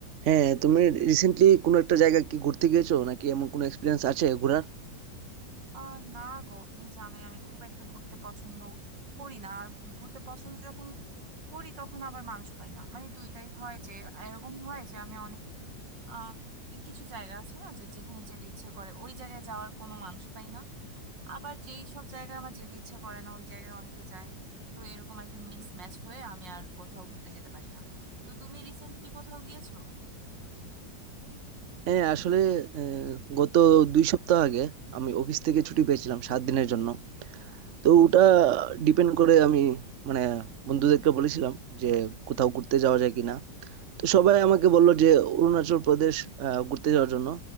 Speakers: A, on the right (about 50°); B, on the right (about 85°).
A: হ্যাঁ তুমি রিসেন্টলি কোনো একটা জায়গা কি ঘুরতে গিয়েছো নাকি এমন কোনো এক্সপিরিয়েন্স আছে ঘোরার
B: আহ না গো তুমি জানোই আমি খুব একটা ঘুরতে পছন্দ করি না আর ঘুরতে পছন্দ যখন করি তখন আবার মানুষ পাই না মানে দুইটাই হয় যে এরকম হয় যে আমি অনেক আহ কিছু জায়গা আছে না যে যেখানে যেতে ইচ্ছা করে ওই জায়গায় যাওয়ার কোনো মানুষ পাই না আবার যেই সব জায়গায় আমার যেতে ইচ্ছা করে না ওই জায়গায় অনেকে যায় তো এরকম আর কি মিস ম্যাচ হয়ে আমি আর কোথাও ঘুরতে যেতে পারি না তো তুমি রিসেন্টলি কোথাও গিয়েছো
A: হ্যাঁ আসলে আহ, গত দুই সপ্তাহ আগে আমি অফিস থেকে ছুটি পেয়েছিলাম সাত দিনের জন্য তো ওটা ডিপেন্ড করে আমি মানে বন্ধুদেরকে বলেছিলাম যে কোথাও ঘুরতে যাওয়া যায় কিনা তো সবাই আমাকে বললো যে অরুণাচল প্রদেশ আহ, ঘুরতে যাওয়ার জন্য